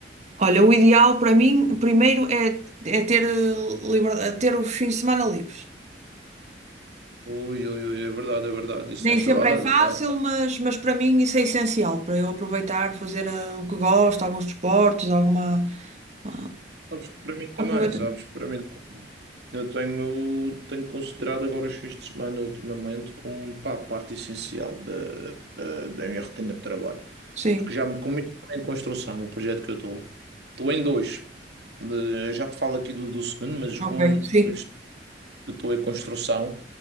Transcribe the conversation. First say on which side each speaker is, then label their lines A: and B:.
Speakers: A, on the right; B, on the right.
A: olha, o ideal para mim, primeiro, é, é ter, eh, liber- é ter os fins de semana livres.
B: Ui, ui, ui, é verdade, é verdade. Isso
A: Nem
B: tens
A: sempre
B: toda a razão.
A: é fácil, mas, mas para mim isso é essencial, para eu aproveitar, fazer eh, o que gosto, alguns desportos, alguma. ah,
B: Sabes que para mim também,
A: aproveitar.
B: sabes que para mim eu tenho, tenho considerado agora os fins de semana ultimamente como pá, parte essencial da, da, da minha rotina de trabalho.
A: Sim,
B: Porque já me cometi em construção o projeto que eu estou. Estou em dois. De- já te falo aqui do, do segundo, mas
A: ok,
B: como
A: sim.
B: este que eu estou em construção,